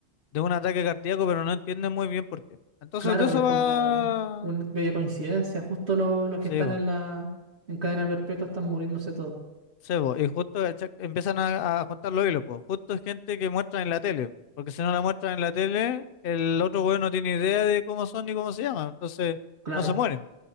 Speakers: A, on the left; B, on the right.
A: de un ataque cardíaco, pero no entienden muy bien por qué. Entonces
B: Claro,
A: de eso
B: es
A: va...
B: como una bella coincidencia. Justo lo- los
A: Sí,
B: que están
A: po,
B: en la en cadena perpetua están muriéndose todos.
A: sí, po, Y justo cacha- empiezan a, a juntar los hilos, pues. Justo es gente que muestra en la tele, porque si no la muestran en la tele, el otro güey no tiene idea de cómo son ni cómo se llaman, entonces
B: Claro.
A: no se mueren.